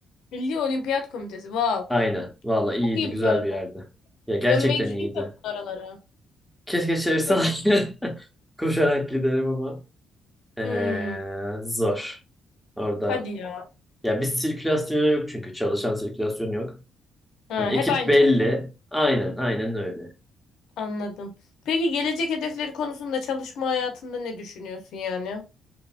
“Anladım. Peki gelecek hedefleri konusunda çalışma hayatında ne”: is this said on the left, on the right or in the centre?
Left